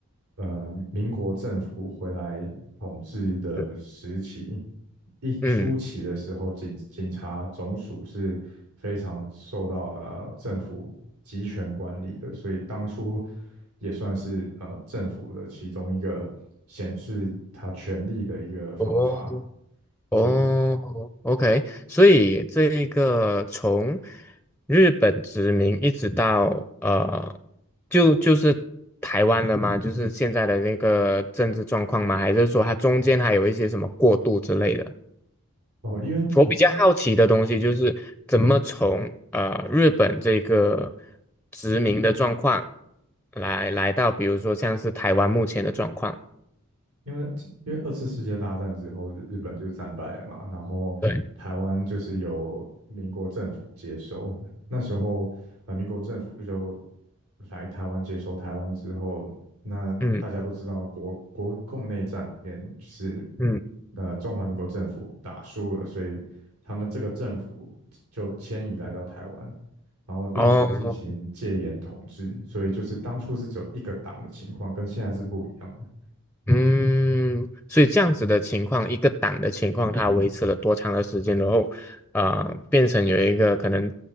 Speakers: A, on the right; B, in the centre.
A: 呃民国政府回来统治的时期，
B: 对，
A: 一初期的时候，
B: 嗯。
A: 警警察总署是非常受到呃政府集权管理的，所以当初也算是呃政府的其中一个显示他权力的一个方法，
B: 哦，哦，OK，
A: 对。
B: 所以这一个从日本殖民一直到呃，就就是台湾了吗？就是现在的那个政治状况吗？还是说它中间还有一些什么过渡之类的？
A: 哦，因为
B: 我比较好奇的东西就是怎么从呃日本这个殖民的状况来来到，比如说像是台湾目前的状况。
A: 因为因为二次世界大战之后，日日本就战败了嘛，然后台湾就是由民国政府接收。
B: 对，
A: 那时候，呃，民国政府就来台湾接收台湾之后，那大家都知道国国共内战里面是
B: 嗯嗯
A: 呃中华民国政府打输了，所以他们这个政府就迁移来到台湾，然后并且进行戒严统治，
B: 哦，
A: 所以就是当初是只有一个党的情况，跟现在是不一样的。
B: 嗯，所以这样子的情况，一个党的情况，它维持了多长的时间，然后，呃，变成有一个可能